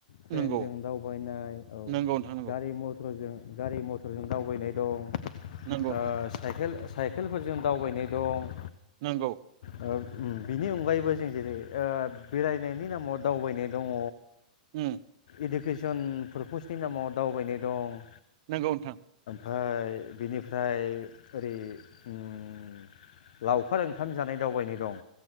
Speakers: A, on the left (about 65°); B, on the right (about 45°).
A: ट्रेनजों
B: नंगौ
A: दावबायनाय औ
B: नंगौ नोंथां नंगौ
A: गारि मथरजों गारि मथरजों दावबायनाय दं। ओ
B: नंगौ नोंथां
A: साइकेल साइकेलफोरजों दावबायनाय दं।
B: नंगौ
A: ओ उम बि- नि अनगायैबो जों जेरै ओ बेरायनायनि नामाव दावबायनाय दङ
B: उम
A: इडुकेसन पारपसनि नामाव दावबायनाय दं।
B: नंगौ नोंथां
A: ओ बिनिफ्राय ओरै उम लावखार ओंखाम जानाय दावबायनाय दं।